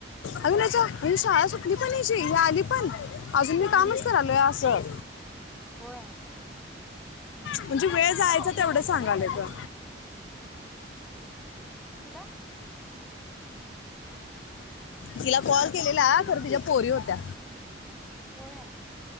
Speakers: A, on the left (about 85°); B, in the centre.
A: अग्नीच्या शाळा सुटली पण हीची ही आली पण? अजून
B: हम्म
A: मी कामच
B: हम्म
A: करायलो असं.
B: होय हम्म
A: म्हणजे
B: काल
A: वेळ
B: हेमाला
A: जायचा
B: कॉल
A: तेवढं
B: कयला लागला
A: सांगाले
B: नाही काय
A: ग
B: मग. तुला
A: तिला कॉल केलेला कर तिच्या पोरी होत्या
B: होय.